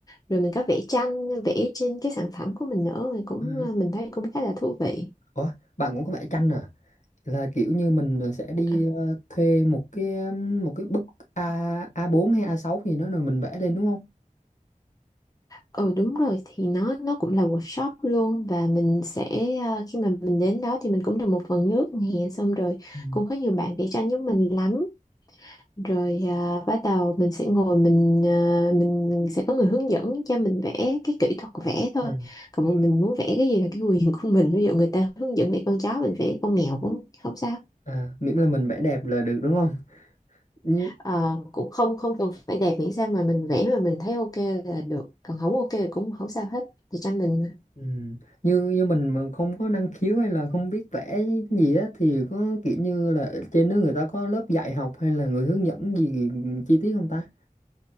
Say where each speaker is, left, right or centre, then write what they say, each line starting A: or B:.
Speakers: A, on the left (about 25°); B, on the left (about 60°).
A: rồi mình có vẽ tranh vẽ trên cái sản phẩm của mình nữa thì cũng
B: ờ.
A: ờ, mình thấy cũng khá là thú vị
B: Ủa, bạn cũng có vẽ tranh à? Là kiểu như mình sẽ đi
A: Ờ,
B: ờ, thuê một cái um, một cái bức A A4 hay a sáu gì đó rồi mình vẽ lên đúng không?
A: ừ đúng rồi thì nó nó cũng là workshop luôn và mình sẽ ờ, khi mà mình đến đó thì mình cũng được một phần nước nè xong rồi
B: Ừ,
A: cũng có nhiều bạn vẽ tranh giống mình lắm rồi à, bắt đầu mình sẽ ngồi mình à, mình sẽ có người hướng dẫn cho mình vẽ cái kỹ thuật vẽ thôi
B: ừ,
A: còn mà mình muốn vẽ cái gì là cái quyền của mình ví dụ người ta hướng dẫn để con chó mình vẽ con mèo cũng không sao
B: à, miễn là mình vẽ đẹp là được đúng không? Như,
A: Ờ, cũng không không cần phải đẹp miễn sao mà mình vẽ mà mình thấy ok là được còn không ok thì cũng không sao hết thì cho mình
B: ừ, như như mình mà không có năng khiếu hay là không biết vẽ gì á thì có kiểu như là ở trên nước người ta có lớp dạy học hay là người hướng dẫn gì chi tiết không ta?